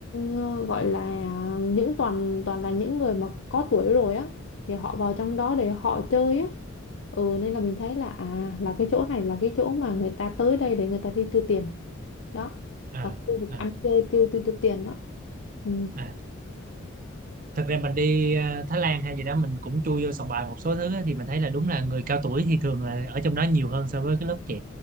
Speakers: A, on the left (about 65°); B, on the right (about 40°).
A: ờ, gọi là những toàn toàn là những người mà có tuổi rồi á thì họ vào trong đó để họ chơi á. Ừ nên là mình thấy là à là cái chỗ này là cái chỗ mà người ta tới đây để người ta đi tiêu tiền đó
B: À,
A: là khu vực
B: à,
A: ăn chơi tiêu tiêu tiêu tiền đó ừ.
B: à. Thật ra mình đi ờ, Thái Lan hay gì đó mình cũng chui vô sòng bài một số thứ á, thì mình thấy là đúng là người cao tuổi thì thường là ở trong đó nhiều hơn so với cái lớp trẻ.